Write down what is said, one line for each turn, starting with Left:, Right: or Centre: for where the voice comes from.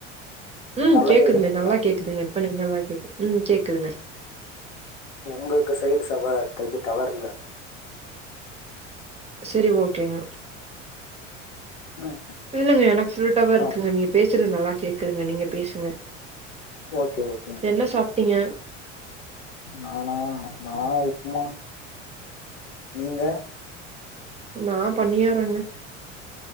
Right: ம்
Left: நல்லா
Right: கேக்குதுங்க
Left: கேட்குதுங்களா
Right: நல்லா கேக்குதுங்க இப்ப எனக்கு நல்ல கேக்குது ம் கேக்குதுங்க
Left: உங்களுக்கு சைடு சவ இது டவர் இல்ல
Right: சரி ஓகேங்க
Left: ம்
Right: இல்லங்க எனக்கு ஃபுல் டவர் இருக்குங்க
Left: ஆ
Right: நீங்க பேசுறது நல்லா கேக்குதுங்க நீங்க பேசுங்க
Left: ஓகே ஓகே ங்க
Right: என்ன சாப்ட்டீங்க
Left: நானா நா உப்புமா நீங்க
Right: நா பண்ணியாறங்க